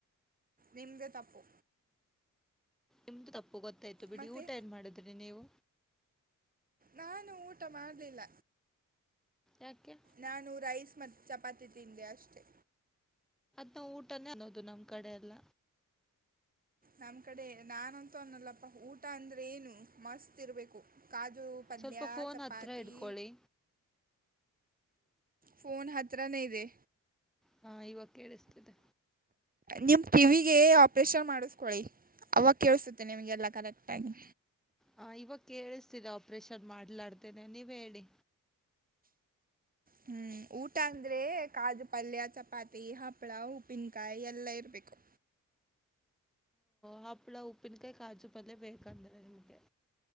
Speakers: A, on the right; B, in the centre.
A: ನಿಮ್ದ ತಪ್ಪು
B: ಎಮ ಗೊತ್ತಾಯ್ು ಬಿಡಿ
A: ಮತ್ತು
B: ಊಟ ಏನ್ ಮಾಡಿದ್ರಿ ನೀವು
A: ನಾನು ಊಟ ಮಾಡ್ಲಿಲ್ಲ
B: ಯಾಕೆ
A: ನಾನು ರೈಸ್ ಮ ಚಪಾತಿ ತಿಂಡಿ ಅಷ್ಟೆ
B: ನಾ ಊಟನೇ ಅನ್ನೋದು ನಮ್ ಕಡೆ ಎಲ್ಲ
A: ನಮ್ ಕಡೆ ನಾನಂತೂ ಅನ್ನಲ್ಲಪ್ಪ ಊಟ ಅಂದ್ರೆ ಏನು ಮಸ್ತ್ ಇರ್ಬೇಕು ಕಜು ಪನ್ಲ
B: ಸ್ವಲ್ಪ ಫೋನ್
A: ಚಪಾತಿಿ
B: ಹತ್ರ ಇಡ್ಕೊಳ್ಳಿ
A: ಫೋನ್ ಹತ್ರರ ನೀದೆ
B: ಹಾ ಇವಾಗ ಕೇಳಿಸ್ತಿದೆ
A: ನಿಮ್ ಟಿವಿಗೆ ಆಪರೇಷನ್ ಮಾಡಿಸಕೊಳಿ ಅವ ಕೇಳಸುತ್ತೆ ನಿಮ್ಗೆಲ್ಲಾ ಕರೆಕ್ಟ್ ಆಗಿ
B: ಹ ಇವಾಗ ಕೇಳಿಸ್ತಿೀರ ಆಪ್ರೇಷನ್ ಮಾಡ್ಲಾಡ್ತೇನೆ ನೀವ್ ಹೇಳಿ
A: ಹ್ಮ್ ಊಟ ಅಂದ್ರೆ ಕಾಜು ಪಲ್ಯ ಚಪಾತಿ ಹಪ್ಳ ಉಪ್ಪಿನಕಾಯಿ ಎಲ್ಲಾ ಇರ್ಬೇಕು
B: ಹಪ್ಪಳ ಉಪ್ಪಿನಕಾಯಿ ಕಾಜು ಪಲ್ಯ ಬೇಕಂದರೆ ನಿಮ್ಗೆ